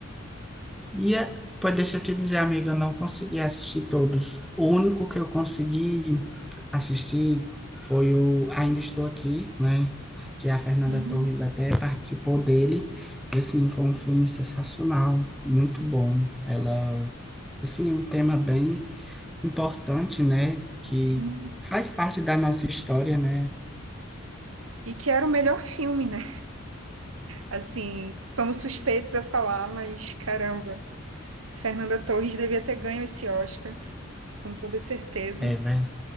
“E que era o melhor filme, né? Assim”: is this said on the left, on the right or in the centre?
Right